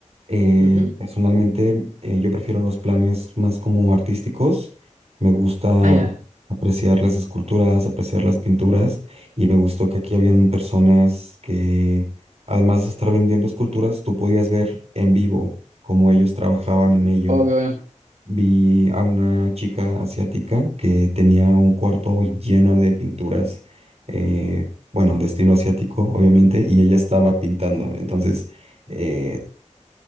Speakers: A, on the right (about 55°); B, on the right (about 75°).
A: eh,
B: Ujú.
A: personalmente, eh, yo prefiero los planes más como artísticos. Me gusta
B: Ah, ya.
A: apreciar las esculturas, apreciar las pinturas. Y me gustó que aquí habían personas que, además de estar vendiendo esculturas, tú podías ver en vivo cómo ellos trabajaban en ello.
B: Oh, qué bueno.
A: Vi a una chica asiática que tenía un cuarto lleno de pinturas, eh, bueno, de estilo asiático, obviamente, y ella estaba pintando. Entonces, eh,